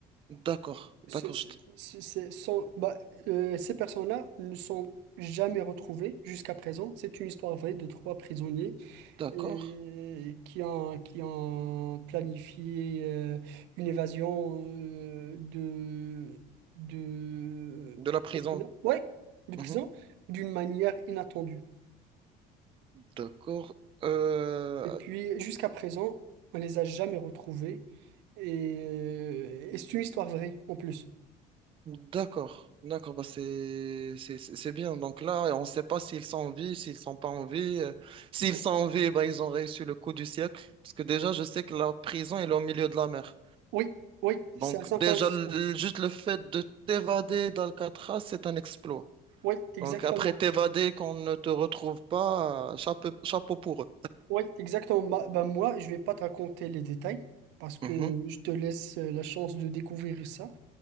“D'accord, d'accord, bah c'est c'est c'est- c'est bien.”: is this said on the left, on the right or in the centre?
Right